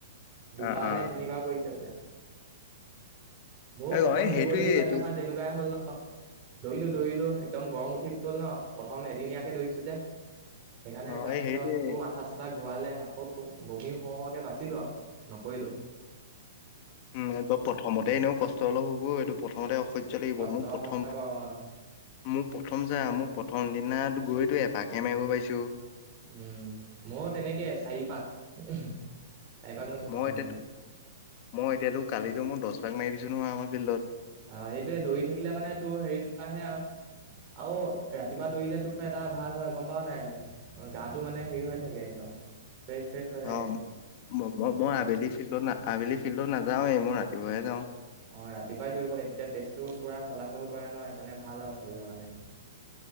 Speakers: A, on the right (about 35°); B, on the left (about 40°).
A: দুবাৰ
B: অ অ
A: নে তিনিবাৰ কৰিছে বোলে, ময়ো
B: এই
A: প্ৰথম
B: অ এই
A: দৌৰিবলৈ
B: সেইটোৱে
A: যোৱা
B: এইটো
A: দিনাখন তেনেকুৱাই হ'ল ন। দৰিলো, দৰিলো একদম গৰম উঠি গল ন, প্ৰথম এদিনীয়াকে দৰিছো যে। সেইকাৰণে
B: অ
A: তাৰ
B: এই
A: পিছত
B: সেইটোৱে
A: মোৰ মাথা-চাথা ঘূৰালে আকৌ বমি হও হওঁকে বাচিলোঁ আৰু। নকৰিলোঁ।
B: উম, এহেত প্ৰথমতে এনেও কষ্ট অলপ হ'বই এইটো প্ৰথমতে অসহ্য লাগিব
A: কষ্ট
B: মোৰ প্ৰথম
A: হয় বাৰু অ
B: মোৰ প্ৰথম যাই আ মোৰ প্ৰথম দিনাত গৈতো এপাকহে মাৰিব পাইছোঁ।
A: উম, মইও তেনেকে চাৰিপাক, চাৰিপাক মাৰিছোঁ
B: মই
A: প্ৰথম
B: এতিয়া
A: দিনা।
B: মই এতিয়াতো কালিতো মই দছপাক মাৰি দিছো নহয় আমাৰ ফিল্ডত।
A: অ'সেইটোৱে দৌৰি থাকিলে মানে তোৰ হেৰিটো আহে আ আৰু ৰাতিপুৱা দৌৰিলে তোৰ এটা ভাল হয় গম পাওঁ নাই অ' গাটো মানে হেৰি হৈ থাকে একদম ফ্ৰেছ, ফ্ৰেছ হৈ থাকে
B: অ' ম-ম-মই
A: সেইকাৰণে
B: আবেলি ফিল্ডত না আবেলি ফিল্ডত নাযাওৱেই মই ৰাতিপুৱাহে যাওঁ।
A: অ' ৰাতিপুৱাই দৌৰিব লাগে তেতিয়া তেজটো পুৰা চলাচল কৰে নহয় সেইকাৰণে ভাল আৰু শৰীৰৰ কাৰণে।